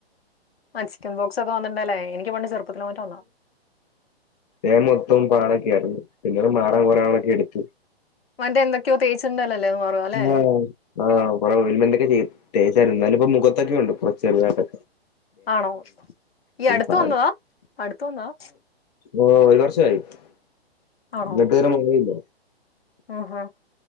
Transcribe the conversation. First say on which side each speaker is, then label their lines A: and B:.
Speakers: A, on the left (about 70°); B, on the left (about 40°).
A: ആ ചിക്കൻ ബോക്സ് ഒക്കെ വന്നിണ്ടല്ലേ എനിക്ക് വണ്ട് ചെറുപ്പത്തിലിലോമീറ്റ വന്ന
B: ഞ മൊത്തം പാടൊക്കെ ആയിരുന്നു പിന്നെത് മാറാൻ കൊറേ നളൊക്കെ എടുത്തു
A: മറ്റേ എന്തൊക്കെയോ തേച്ചിട്ടുണ്ടല്ലേ എന്ന് പറയുക അല്ലേ
B: ആ ആഹ കൊ വ മന്തക്കച്ച ചെയ <unintelligible> തേച്ചായിരുന്ന എന്നാലിപ്പൊ മുഖത്തൊക്കെ ഉണ്ട് കുറ ചെറതായിട്ടൊക്കെ
A: ആണോ ഈ അടുത്ത
B: പാട
A: വന്നതാ അടുത്ത വന്നവാ
B: ആ ഒരു വർഷായി എന്നിട്ട്
A: ആണോ
B: ഇതുവര മാറിയില്ല
A: ആഹാ